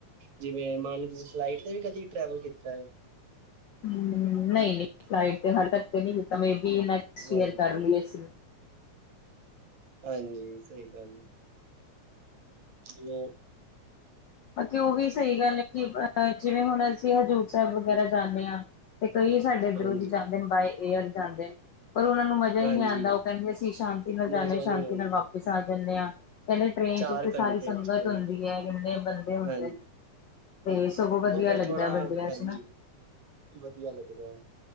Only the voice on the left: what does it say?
ਹੂੰ, ਨਹੀਂ-ਨਹੀਂ ਫਲਾਈਟ ਤੇ ਹਾਲੇ ਤੱਕ ਤੇ ਨਹੀਂ ਕੀਤਾ, ਮੇ ਬੀ ਨੈਕਸਟ
ਈਅਰ ਕਰ ਲਈਏ ਅਸੀ।
ਬਾਕੀ ਉਹ ਵੀ ਸਹੀ ਗੱਲ ਹੈ, ਕਿ ਅ ਜਿਵੇਂ ਹੁਣ ਅਸੀਂ ਹਜ਼ੂਰ ਸਾਹਿਬ ਵਗੈਰਾ ਜਾਂਨੇ ਆਂ ਤੇ ਕਈ ਸਾਡੇ ਇਧਰੋਂ
ਦੀ ਜਾਂਦੇ ਨੇ, ਬਾਏ ਏਅਰ ਜਾਂਦੇ ਨੇ, ਪਰ ਉਹਨਾਂ ਨੂੰ ਮਜ਼ਾ ਹੀ
ਨਹੀਂ ਆਂਦਾ, ਉਹ ਕਹਿੰਦੇ ਅਸੀਂ ਸ਼ਾਂਤੀ ਨਾਲ ਜਾਂਨੇ
ਆਂ, ਸ਼ਾਂਤੀ
ਨਾਲ ਵਾਪਿਸ ਆ ਜਾਂਨੇ ਆਂ। ਕਹਿੰਦੇ ਟ੍ਰੇਨ
ਚ ਤੇ ਸਾਰੀ
ਸੰਗਤ
ਹੁੰਦੀ ਐ, ਇੰਨੇ ਬੰਦੇ ਹੁੰਦੇ
ਨੇ, ਤੇ ਸਗੋਂ ਵਧੀਆ
ਲੱਗਦਾ
ਬੰਦਿਆਂ
ਚ ਨਾ